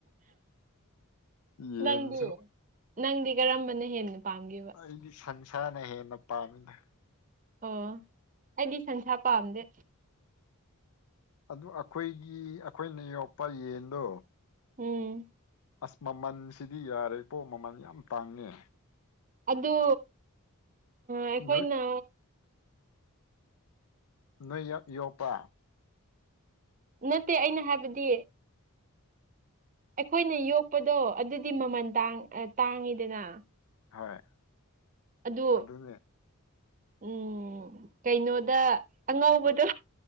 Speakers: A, on the left; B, on the right.
A: ꯌꯦꯟꯁꯨ
B: ꯅꯪꯗꯤ ꯅꯪꯗꯤ ꯀꯔꯝꯕꯅ ꯍꯦꯟꯅ ꯄꯥꯝꯒꯦꯕ
A: ꯑꯩꯗꯤ ꯁꯟꯁꯥꯅ ꯍꯦꯟꯅ ꯄꯥꯝꯃꯤꯗ
B: ꯑꯣ ꯑꯩꯗꯤ ꯁꯟꯁꯥ ꯄꯥꯝꯗꯦ
A: ꯑꯗꯨ ꯑꯩꯈꯣꯏꯒꯤ ꯑꯩꯈꯣꯏꯅ ꯌꯣꯛꯄ ꯌꯦꯟꯗꯣ
B: ꯎꯝ
A: ꯑꯁ ꯃꯃꯜꯁꯤꯗꯤ ꯌꯥꯔꯦꯀꯣ ꯃꯃꯜ ꯌꯥꯝ ꯇꯥꯡꯉꯦ
B: ꯑꯗꯨ ꯑꯩꯈꯣꯏꯅ
A: ꯅꯣꯏ ꯅꯣꯏ ꯌꯥꯝ ꯌꯣꯛꯄ
B: ꯅꯠꯇꯦ ꯑꯩꯅ ꯍꯥꯏꯕꯗꯤ ꯑꯩꯈꯣꯏꯅ ꯌꯣꯛꯄꯗꯣ ꯑꯗꯨꯗꯤ ꯃꯃꯜ ꯇꯥꯡꯉꯤꯗꯅ
A: ꯍꯣꯏ
B: ꯑꯗꯨ
A: ꯑꯗꯨꯅꯦ
B: ꯎꯝ ꯀꯩꯅꯣꯗ ꯑꯉꯧꯕꯗꯣ